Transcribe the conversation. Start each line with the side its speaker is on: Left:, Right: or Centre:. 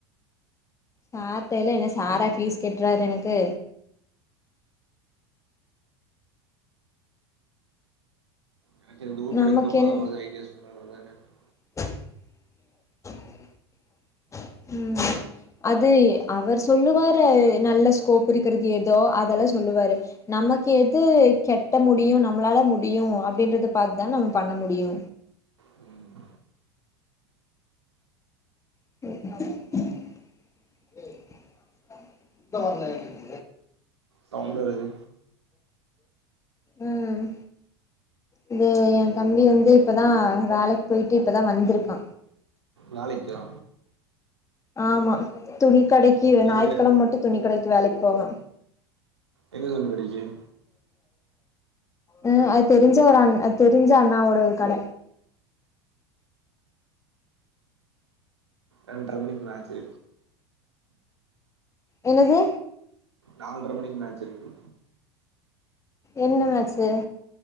Left: பாத்தேல என்ன சாரா ஃபீஸ் கட்றாரு எனக்கு
Right: எனக்கு எதுவு
Left: நமக்கு
Right: பிடிக்குமோ
Left: என்
Right: அது அவருத ஐடியா சொன் <inaudible>
Left: ம் அது அவர் சொல்லுவாரு நல்ல ஸ்கோப் இருக்கிறது ஏதோ அதெல்லா சொல்லுவாரு நமக்கு எது கெட்ட முடியு நம்மளால முடியு அப்டின்றத பாத்துதா நம் பண்ண முடியு
Right: ம்
Left: <unintelligible>
Right: சவுண்டு வருது
Left: ம் இது என் தம்பி வந்து இப்பதா வேலைக்கு போயிட்டு இப்பதா வந்திருக்கா
Right: வேலைக்கா
Left: ஆமா துணி கடைக்கு ஞாயித்து
Right: எங்க
Left: கிழம மட்டு துணி கடைக்கு வேலைக்கு போவா
Right: எங்க <unintelligible>
Left: ம் அது தெரிஞ்ச ஒரு அண் தெரிஞ்ச அண்ணாவோட ஒரு கட
Right: ரெண்டர மணிக்கு மேட்சு
Left: என்னது
Right: நால்ர மணிக்கு மேட்ச் இருக்கு
Left: என்ன மேச்சு